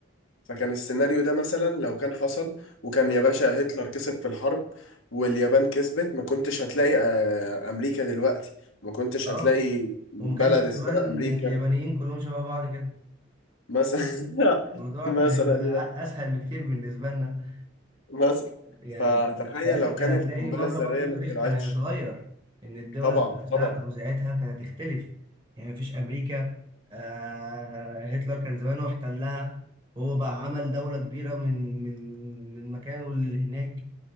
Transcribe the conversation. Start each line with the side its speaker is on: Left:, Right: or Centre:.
Left: فكان السيناريو ده مثلا لو كان حصل وكان يا باشا هتلر كسب في الحرب واليابان كسبت ما كنتش هتلاقي آه، أمريكا دلوقتي ما كنتش
Right: اه
Left: هتلاقي بلد
Right: وما كانش زمان
Left: اسمها أمريكا
Right: اليابانيين كلهم شبه بعض كده
Left: مثلا <laughs>
Right: الموضوع
Left: مثلا
Right: كان هيبقى
Left: يعني
Right: اسهل بكتير بالنسبه لنا
Left: مثلا
Right: يعني
Left: فتخيل
Right: ساعتها
Left: لو
Right: كان
Left: كانت
Right: هتلاقي
Left: القنبلة
Right: مجرى
Left: الذرية
Right: برضو
Left: ما
Right: التاريخ
Left: اخترعتش
Right: كان هيتغير ان الدول
Left: طبعا
Right: ذات
Left: طبعا
Right: نفسها توزيعتها كانت هتختلف يعني مفيش امريكا آه هتلر كان زمانه احتلها هو بقى عمل دوله كبيره من من من مكانه اللي هناك